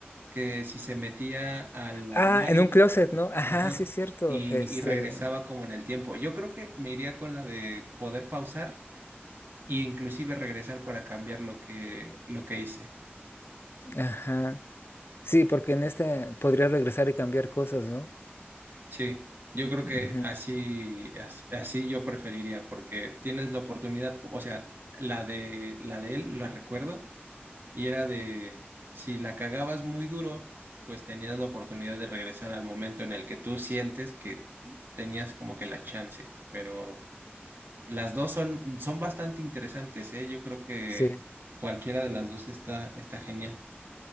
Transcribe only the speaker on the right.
que si se metía al armario,
ajá,
y,
y regresaba como en el tiempo. Yo creo que me iría con la de poder pausar e inclusive regresar para cambiar lo que, lo que hice.
Sí, yo creo
que así, as- así, yo preferiría, porque tienes la oportunidad, o sea, la de, la de él, la recuerdo, y era de, si la cagabas muy duro, pues tenías la oportunidad de regresar al momento en el que tú sientes que tenías como que la chance, pero Las dos son, son bastante interesantes, ¿eh? Yo creo que
cualquiera de las dos está, está genial.